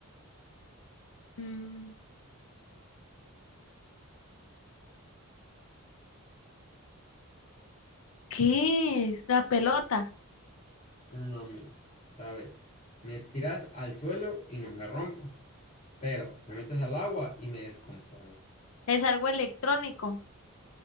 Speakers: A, on the left; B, on the left.
A: mm. ¿Qué es? La pelota.
B: No, mira, otra vez. Me tiras al suelo y no me rompo, pero me metes al agua y me descompongo.
A: Es algo electrónico.